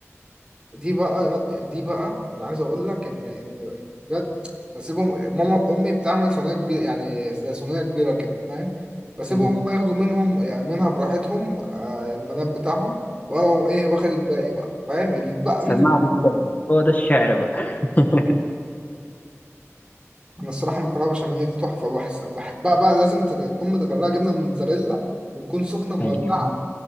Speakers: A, on the right; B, on the left.
A: دي بقى دي بقى أنا عايز أقول لك إن إن بجد بسيبهم ماما أمي بتعمل صينية كبيرة يعني زي صينية كبيرة كده فاهم بسيبهم
B: أيوة.
A: هم ياخدوا منهم يعني منها براحتهم آه، المناب بتاعهم وأنا أقوم إيه واخد الباقي بقى فاهم اللي اتبقى
B: سماعة
A: منه
B: مش سامع. هو ده الشعر بقى <laughs>
A: انا الصراحه المكرونه بشاميل دي تحفه بحس- بحبها بقى لازم تت- تكون متغرقه جبنه موتزاريلا وتكون سخنه مولعه
B: أيوه